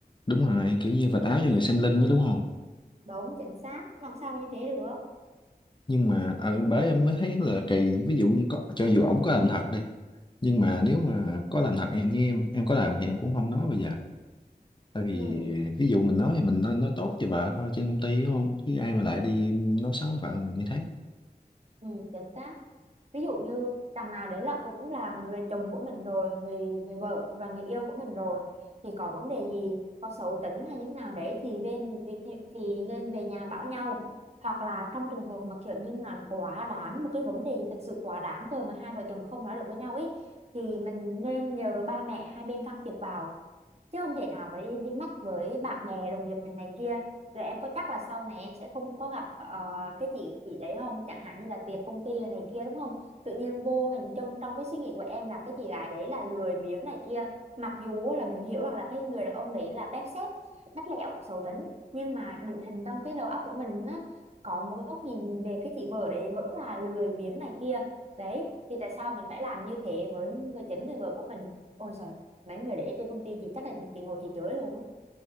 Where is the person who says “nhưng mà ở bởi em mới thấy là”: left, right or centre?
Left